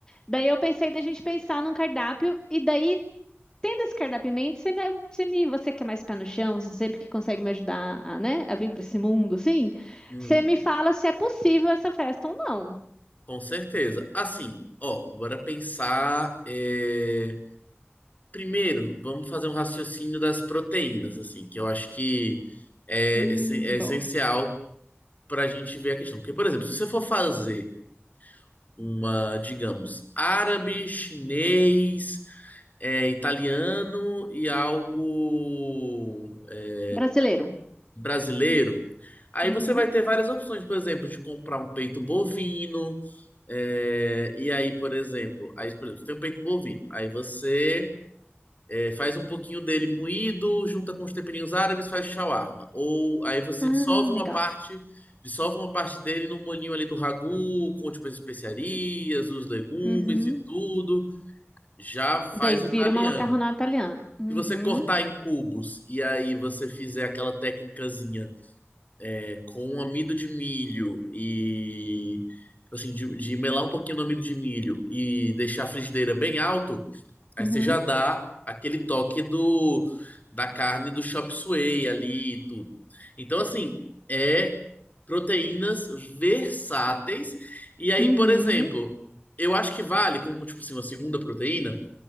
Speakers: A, on the left; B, on the left.
A: Daí eu pensei da gente pensar num cardápio e daí tendo esse cardápio você me, você me, você que é mais pé no chão, você sempre que consegue me ajudar a, né, a vir para esse mundo, assim,
B: Hum,
A: você me fala se é possível essa festa ou não.
B: com certeza. Assim, ó, bora pensar. é, Primeiro, vamos fazer um raciocínio das proteínas, assim, que eu acho que é,
A: Hum,
B: essen- é essencial
A: boa.
B: para a gente ver a questão. Porque, por exemplo, se você for fazer uma, digamos, árabe, chinês, é, italiano e algo é,
A: Brasileiro.
B: brasileiro. Aí
A: Uhum.
B: você vai ter várias opções, por exemplo, de comprar um peito bovino. é, e aí, por exemplo, aí, por exemplo, você tem um peito bovino. Aí você é, faz um pouquinho dele moído, junta com os temperinhos árabes, faz shawarma. Ou aí você
A: Ah,
B: dissolve uma
A: legal.
B: parte, dissolve uma parte dele no molhinho ali do ragu, com tipo as especiarias, os legumes
A: Uhum.
B: e tudo, já faz
A: Daí vira
B: o italiano.
A: uma macarronada italiana. Uhum.
B: Se você cortar em cubos e aí você fizer aquela técnicazinha é, com amido de milho e tipo assim, de, de melar um pouquinho no amido de milho e deixar a frigideira bem alto, Aí
A: Uhum.
B: você já dá aquele toque do da carne do chop suey ali e tudo. Então, assim, é proteínas versáteis. E aí,
A: Uhum.
B: por exemplo, eu acho que vale, como tipo assim, uma segunda proteína,